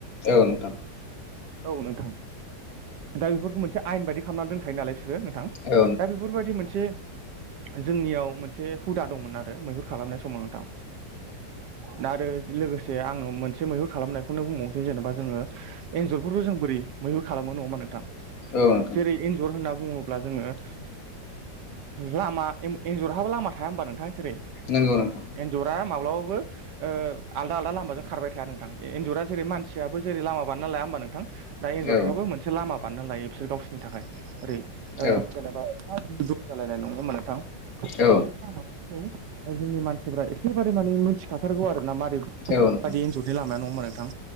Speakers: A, on the left (about 55°); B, on the right (about 70°).
A: औ नोंथां।
B: औ नोंथां ।दा बेफोरखौ मोनसे आयेन बायदि खामना दोनखायो नालाय बिसोर। नोंगो नोंथां।
A: औ
B: दा बेफोरबायदि मोनसे जोंनियाव मोनसे हुदा दंमोन आरो मैहुर खालामनाय समाव नोंथां। दा आरो लोगोसे आङो मोनसे मैहुर खालामनायखौनो बुंबावनोसै जेनेबा जोङो एन्जरफोरखौ जों बोरै मैहुर खालामो नङा होमबा नोंथां
A: नोंथां औ नोंथां
B: जेरै एन्जर होनना बुङोब्ला जोङो लामा एन्जर हाबो लामा थाया होमबा नोंथां? जेरै
A: नंगौ नोंथां
B: एन्जरा माब्लाबाबो ओ आलदा आलदा लामाजों खारबाय थाया नोंथां ।एन्जरा जेरै मानसिआबो जेरै लामा बानायनालाया होमबा नोंथां दा एन्जरफ्राबो
A: औ
B: मोनसे लामा बानायना लायो बिसोर गावसोरनि थाखाय ओरै ओ
A: औ
B: जेनेबा जालायनाय नङा होमबा नोंथां दा
A: औ
B: बे लामाफोरखौ जोंनि मानसिफ्रा एखेबारे माने मोनथिखाथारगौ आरो ना मा
A: औ नोंथां
B: बायदि एनजरनि लामाया नङा होनबा नोंथां?